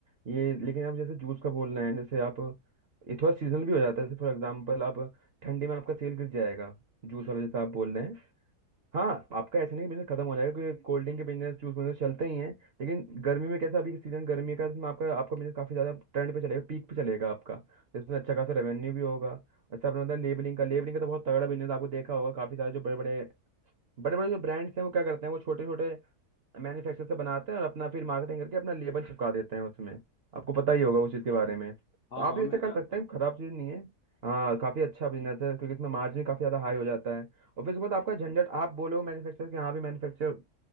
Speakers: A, on the right (about 55°); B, on the left (about 65°).
A: ये लेकिन आप जैसे जूस का बोल रहे हैं जैसे आप ये थोड़ा सीजनल भी हो जाता है जैसे फॉर एग्जाम्पल आप ठंडी में आपका सेल गिर जाएगा जूस वाला जैसे आप बोल रहे हैं हाँ आपका ऐसा नहीं बिजनेस खत्म हो जाएगा क्योंकि कोल्ड ड्रिंक के बिजनेस जूस बिजनेस चलते ही हैं लेकिन गर्मी में कैसा अभी सीजन गर्मी का इसमें आपका आपका बिजनेस काफी ज्यादा ट्रेंड पे चलेगा पीक पे चलेगा आपका तो इसमें अच्छा खासा रेवेन्यू भी होगा अच्छा आपने बताया लेबलिंग का लेबलिंग का तो बहुत तगड़ा बिजनेस आपको देखा होगा काफी सारे जो बड़े बड़े बड़े बड़े जो ब्रांड्स हैं वो क्या करते हैं वो छोटे छोटे मैन्युफैक्चर से बनाते हैं और अपना फिर मार्केटिंग करके अपना लेबल चिपका देते हैं उसमें आपको पता ही होगा उस चीज़ के बारे में तो
B: हाँ
A: आप
B: हाँ
A: भी इसे
B: मैं
A: कर
B: जानता
A: सकते हैं
B: हूँ
A: खराब चीज़ नहीं है हाँ काफ़ी अच्छा बिजनेस है क्योंकि इसमें मार्जिन काफ़ी ज़्यादा हाई हो जाता है और फिर उसके बाद आपका झंझट आप बोलोगे मैन्युफैक्चर के हाँ भी मैन्युफैक्चर